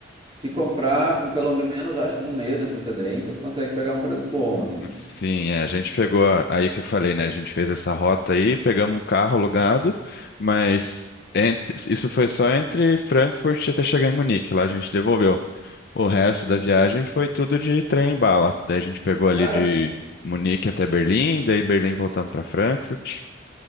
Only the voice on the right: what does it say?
se comprar com pelo menos, acho que um mês de antecedência, tu consegue pegar um preço bom, assim.
Sim.
Cara,